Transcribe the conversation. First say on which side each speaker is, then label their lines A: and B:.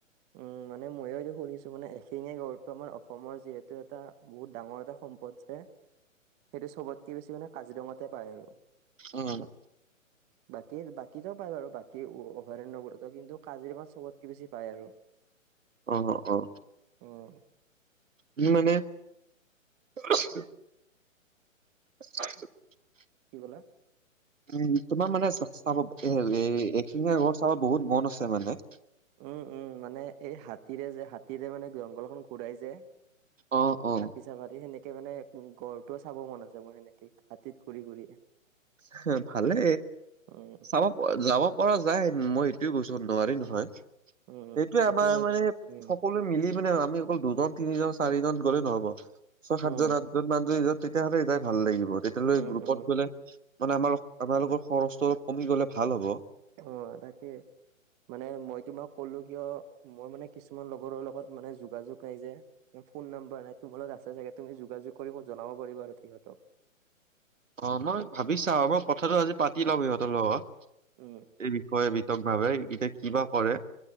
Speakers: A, on the right; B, on the right.
A: উম মানে মইও এতিয়া শুনিছো মানে এশিঙীয়া গড়টো আমাৰ অসমৰ যিহেতু এটা বহুত ডাঙৰ এটা সম্পদ যে সেইটো চবতকে বেছি মানে কাজিৰঙাতে পায় আৰু।
B: অ',
A: বাকী- বাকীটো পায় বাৰু বাকী অভয়াৰণ্যবোৰতো কিন্তু কাজিৰঙা চবতকে বেছি পায় আৰু।
B: অ', অ',
A: অ',
B: উম, মানে <unintelligible> <unintelligible>
A: কি ক'লা?
B: উম, তোমাৰ মানে <unintelligible> এখিঙীয়া গড় চাব বহুত মন আছে মানে।
A: উম-উম মানে এই হাতীৰে যে হাতীৰে মানে জংঘলখন ঘূৰাই যে
B: অ অ
A: হাতী চাবাৰী সেনেক এ মানে ঘৰটোও চাব মন আছে মোৰ সেনেকে হাতীত ঘূৰি ঘূৰি
B: হ ভালে
A: উম,
B: চাব যাব পৰা যায় মই সেইটোয়ে বৈছো নোৱাৰি নহয়
A: উম,
B: সেইটো
A: তাকে
B: আমাৰ
A: মই
B: মানে
A: উম,
B: সকলোৱে মিলি মানে আমি অকল দুজন তিনিজন চাৰিজন গ'লে নহব ছয় সাতজন
A: উম,
B: আাতজন মানত তেতিয়াহ'লে যাই ভাল লাগিব তেতিয়াহ'লে
A: উম,
B: গ্ৰুপত
A: উম,
B: গ'লে মানে আমাৰ আমাৰালোকৰ খৰচটো অলপ কমি গ'লে ভাল হ'ব
A: অ তাকেই মানে মই তোমাক কলো কিয় মই মানে কিছুমান লগৰৰ লগত মানে যোগাযোগ নাই যে ফোন নাম্বাৰ নাই তোমাল লগোক আছে চাগে তুমি যোগাযোগ কৰিব জনাব পাৰিবা আৰু সিহঁতক
B: অ মই ভাবিছা আ কথাটো আজি পাতি লম সিহঁতৰ লগত
A: উম,
B: এই বিষয়ে ভাৱে এইকেইটয়া কিবা কৰে